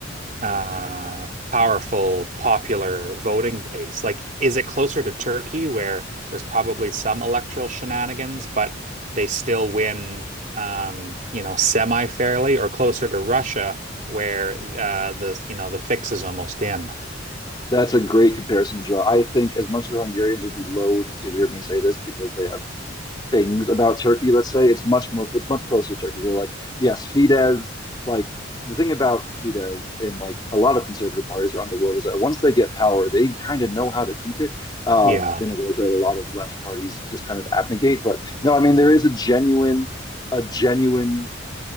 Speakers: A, on the right; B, on the left.
A: uh powerful popular voting base like is it closer to Turkey where there's probably some electoral shenanigans but they still win um you know semi fairly or closer to Russia where uh the you know the fix is almost in
B: That's a great comparison to draw. I think as much as the Hungarians would be loath to hear me say this because they have things about Turkey, let's say, it's much more it's much closer to Turkey. We're like, yes, Fidesz, like the thing about Fidesz and like a lot of conservative parties around the world is that once they get power, they kind of know how to keep it um,
A: yeah
B: in a way that a lot of left parties just kind of abnegate. But no, I mean there is a genuine, a genuine